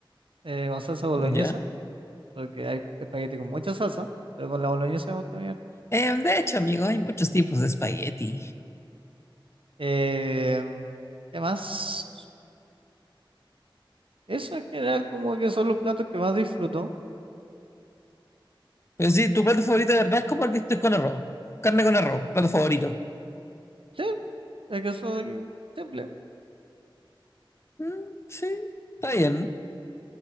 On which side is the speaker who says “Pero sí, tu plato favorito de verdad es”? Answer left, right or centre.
Left